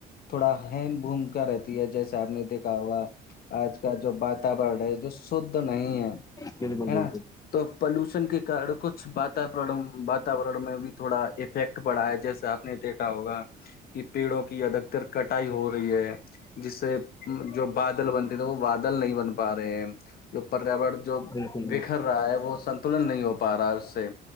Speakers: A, on the left (about 65°); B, on the left (about 20°).
A: تھوڑا ہیم بھوم کا رہتی ہے جیسے آپ نے دیکھا ہوگا آج کا جو واتورن ہے جو شھ نہیں ہے
B: بالکل
A: ہے
B: بالکل
A: نا تو پلوشن کے کارن کچھ وات واتورن میں بھی تھوڑا ایک افیکٹ پڑا ہے جیسے آپ نے دیکھا ہوگا کہ پیڑوں کی ادھکتر کٹائی ہو رہی ہے جس سے جو بادل بنتے تھے وہ بادل نہیں بن پا رہے ہیں جو پریاور جو
B: بالکل
A: بکھر رہا ہے وہ سنت ن نہیں ہو پا رہا ہے اس سے